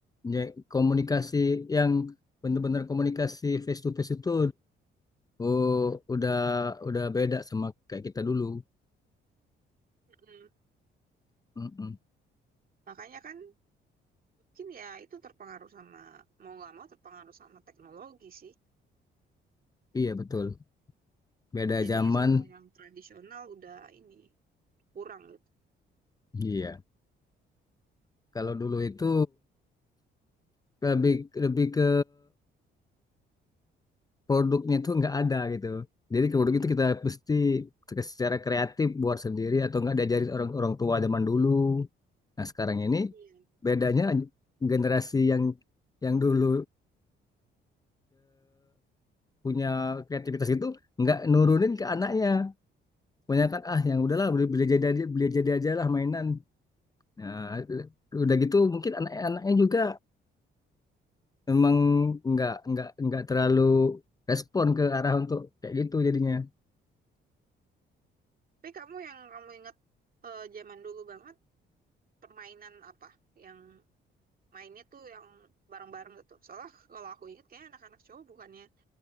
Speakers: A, on the left; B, on the right.
A: Ya, komunikasi yang benar-benar komunikasi face to face itu oh, udah udah beda sama kayak kita dulu.
B: Mm-mm.
A: Mm-mm.
B: Makanya kan mungkin ya itu terpengaruh sama mau nggak mau terpengaruh sama teknologi sih.
A: Iya betul. Beda
B: Jadinya
A: zaman.
B: semua yang tradisional udah ini kurang gitu.
A: Iya. Kalau dulu itu lebih lebih ke produknya tuh nggak ada gitu. Jadi ke produk itu kita mesti secara kreatif buat sendiri atau nggak diajarin orang orang tua zaman dulu. Nah sekarang ini
B: Iya.
A: bedanya generasi yang yang dulu punya kreativitas itu nggak nurunin ke anaknya punya kan ah yang
B: Hmm.
A: udahlah beli beli jadi aja beli jadi aja lah mainan nah udah gitu mungkin anak-anaknya juga memang nggak nggak nggak terlalu respon ke arah untuk kayak gitu jadinya
B: Tapi kamu yang kamu ingat eh, zaman dulu banget permainan apa yang mainnya tuh yang bareng-bareng gitu. Soalnya kalau aku ingat kayaknya anak-anak cowok bukannya